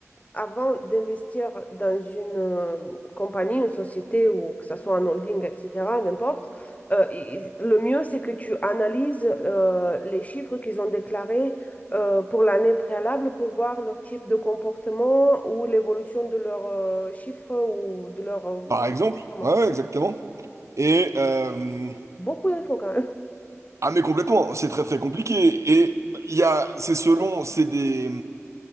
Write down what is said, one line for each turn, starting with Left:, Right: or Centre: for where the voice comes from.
Left: avant d'investir dans une euh, compagnie, une société ou que ce soit un holding, etc., n'importe, euh, il- le mieux c'est que tu analyses euh, les chiffres qu'ils ont déclarés euh, pour l'année préalable pour voir leur type de comportement ou l'évolution de leurs euh, chiffres ou de leur... euh,
Right: Par exemple,
Left: comment.
Right: ouais, ouais, exactement. Et euh,
Left: beaucoup d'infos quand même.
Right: ah mais complètement, c'est très très compliqué. Et il y a, c'est selon, c'est des,